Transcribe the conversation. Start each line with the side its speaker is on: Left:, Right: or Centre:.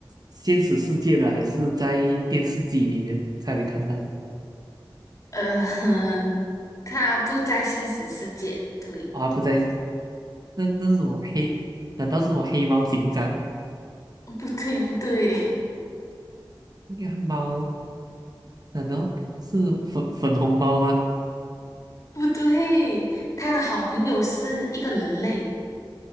Right: 现实世界的，还是在电视机里面才会看到的？
Left: 呃，<laughs> 他不在现实世界，对，
Right: 啊，不在，那那是什么黑？难道是我黑猫警长？
Left: 不对不对
Right: 应该猫？难道是粉粉红猫吗？
Left: 不对，他的好朋友是一个人类，